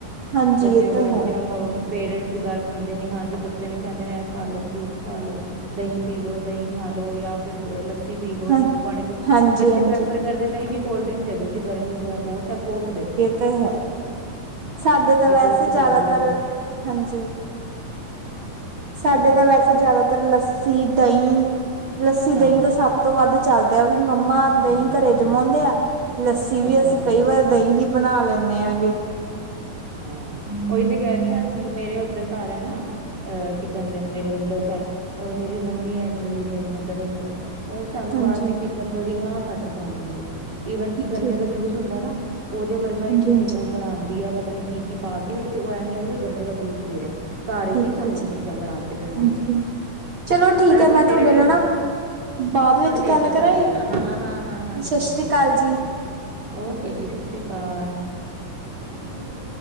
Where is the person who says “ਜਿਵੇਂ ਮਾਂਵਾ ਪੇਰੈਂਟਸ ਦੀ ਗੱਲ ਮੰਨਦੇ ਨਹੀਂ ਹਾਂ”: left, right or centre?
Right